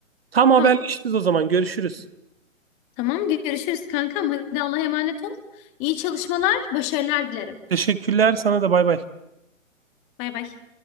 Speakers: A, on the right; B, on the left.
A: Tam haberleşiriz
B: Tamam.
A: o zaman. Görüşürüz.
B: Tamam görüşürüz kankam. Hadi Allah'a emanet ol. İyi çalışmalar, başarılar dilerim.
A: Teşekkürler sana da bay bay.
B: Bay bay.